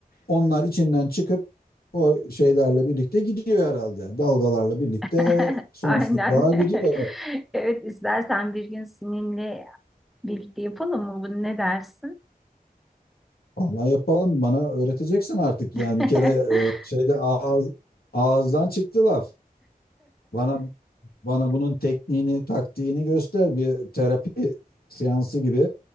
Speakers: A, on the left; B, in the centre.
A: Onlar içinden çıkıp o şeylerle birlikte gidiyor herhalde. Dalgalarla birlikte
B: <laughs>
A: sonsuzluğa
B: Aynen.
A: gidiyor.
B: <laughs> Evet, istersen bir gün seninle birlikte yapalım mı bunu? Ne dersin?
A: Vallahi yapalım bana öğreteceksin artık
B: <laughs>
A: yani bir kere e, şeyde ağız, ağızdan çıktı laf. Bana bana bunun tekniğini, taktiğini göster bir terapi seansı gibi.